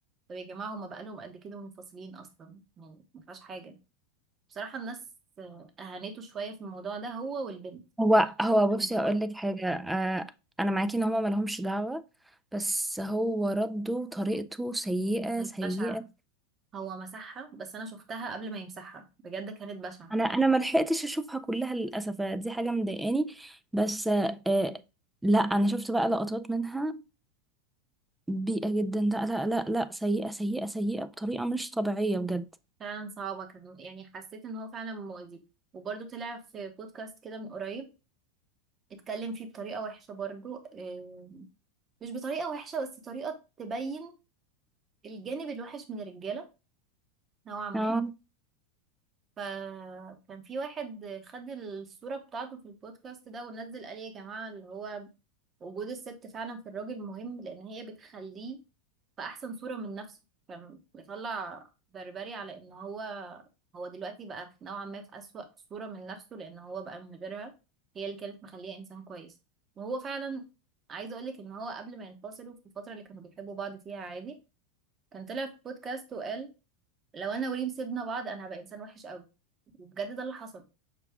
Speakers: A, on the right (about 25°); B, in the centre.
A: طب يا جماعة هما بقالهم قد كده منفصلين اصلا يعني ما فيهاش حاجة بصراحة الناس آه، أهانته شوية في الموضوع ده هو والبنت
B: هو هو
A: هو والبنت
B: بصي هقول
A: برضه
B: لك حاجة آه أنا معاكي إن هما ملهمش دعوة بس هو رده طريقته سيئة
A: كانت
B: سيئة
A: بشعة هو مسحها بس أنا شفتها قبل ما يمسحها بجد كانت بشعة
B: أنا أنا ملحقتش أشوفها كلها للأسف دي حاجة مضايقاني بس آه لا أنا شفت بقى لقطات منها بيئة جدا لا لا لا لا سيئة سيئة سيئة بطريقة مش طبيعية بجد
A: فعلا صعبة كان يعني حسيت إن هو فعلا مؤذي وبرضه طلع في بودكاست كده من قريب اتكلم فيه بطريقة وحشة برضه آه، مش بطريقة وحشة بس طريقة تبين الجانب الوحش من الرجالة نوعا ما
B: اه
A: فكان في واحد خد الصورة بتاعته في البودكاست ده ونزل قال إيه يا جماعة اللي هو وجود الست فعلا في الراجل مهم لان هي بتخليه في احسن صورة من نفسه فبيطلع بربري على ان هو هو دلوقتي بقى في نوعا ما في اسوأ صورة من نفسه لان هو بقى من غيرها هي اللي كانت مخليه انسان كويس وهو فعلا عايزه اقولك ان هو قبل ما ينفصلوا في الفترة اللي كانوا بيحبوا بعض فيها عادي كان طلع في بودكاست وقال لو انا وريم سيبنا بعض انا هبقى انسان وحش قوي وبجد ده اللي حصل